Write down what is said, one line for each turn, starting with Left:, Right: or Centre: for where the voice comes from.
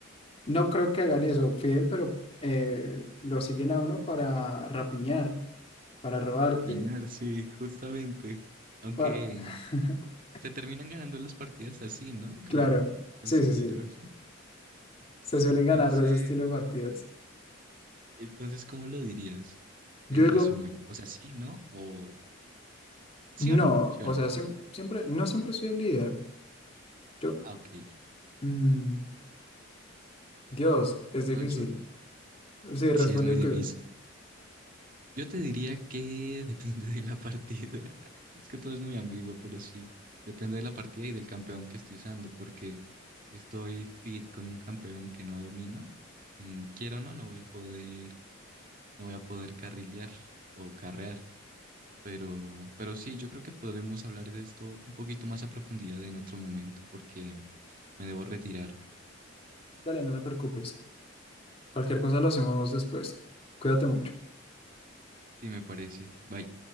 Left: No creo que hagan eso, fiden, pero eh, lo siguen a uno para rapiñar, para robarte.
Right: Piñar, sí, justamente. Aunque
Left: pa- <laughs>
Right: se terminan ganando las partidas así, ¿no? Creo,
Left: Claro,
Right: considero.
Left: sí, sí, sí. Se suelen
Right: Entonces...
Left: ganar de ese estilo de partidas.
Right: Entonces, ¿cómo lo dirías
Left: Yo
Right: en
Left: digo,
Right: resumen? O sea, sí, ¿no? O sí
Left: no,
Right: o no, sí
Left: o
Right: o no.
Left: sea, siem- siempre, no siempre soy el líder. Yo,
Right: Ah, ok.
Left: mm, Dios, es
Right: Bueno,
Left: difícil.
Right: yo
Left: Sí, responde
Right: sí es muy
Left: tú.
Right: difícil. Yo te diría que <laughs> depende de la partida. <laughs> Es que todo es muy ambiguo, pero sí, depende de la partida y del campeón que esté usando, porque si estoy fit con un campeón que no domino, mm, quiero o no, no voy a poder, no voy a poder carrilear o carrear. Pero, pero sí, yo creo que podremos hablar de esto un poquito más a profundidad en otro momento, porque me debo retirar,
Left: Dale, no te preocupes. Cualquier cosa lo hacemos después. Cuídate mucho.
Right: y me parece. Bye.